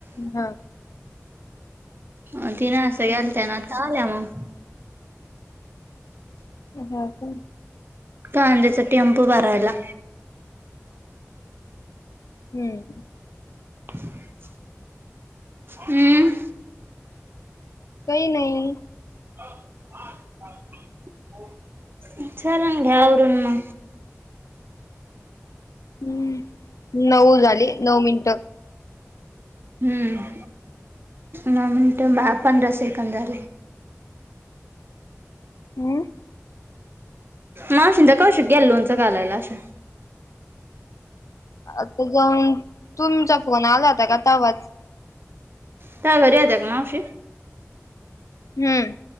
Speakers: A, on the left; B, on the right.
A: हा.
B: अ तिन सगळ्या
A: हम्म
B: आलत्या ना आता आल्या मग.
A: ह का.
B: कांद्याचा टेम्पो भरायला.
A: हम्म.
B: <unintelligible> हम्म.
A: काही नाही.
B: <unintelligible> चालण घ्या आवरून म
A: हम्म नऊ झाली नऊ मिनिट.
B: हम्म. नऊ मिनिट पंधरा सेकंड झाले.
A: हम्म.
B: मावशींत्या कौशिक गेल्या लोणच घालायला अश्या,
A: आता जाऊन तुमचा फोन आला होता तवाज.
B: तु या घरी होत्या का मावशी.
A: हम्म..